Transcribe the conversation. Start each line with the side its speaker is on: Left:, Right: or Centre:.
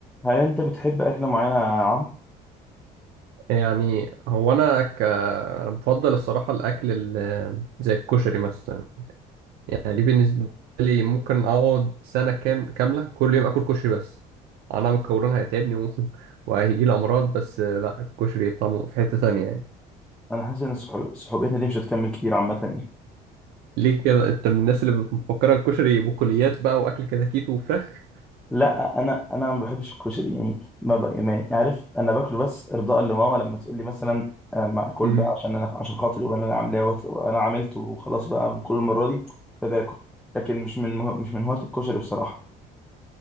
Centre: هل انت بتحب اكله معينه يا عمرو
Right: يعني هو انا ك... انا بفضل الصراحه الاكل ال- زي الكشري مثلا يعني دي بالنسبه لي ممكن اقعد سنه كام كامله كل يوم اكل كشري بس انا مكونها هيتعبني و... <laughs> وهيجي لي امراض بس لا الكشري طعمه في حته ثانيه يعني
Centre: انا حاسس ان صحو- صحوبيتنا دي مش هتكمل كتير عامه يعني
Right: ليه كده انت من الناس اللي مفكره الكشري بقوليات بقى واكل كتاكيت وفراخ
Centre: لا انا انا ما بحبش الكشري يعني ما, ب... ما عارف انا باكله بس ارضاء لماما لما تقول لي مثلا آه، معقول
Right: امم
Centre: بقى عشان انا عشان خاطري وانا اللي عاملاه وت- وانا عملته وخلاص بقى كل المره دي فباكل لكن مش من مه... مش من هواة الكشري بصراحه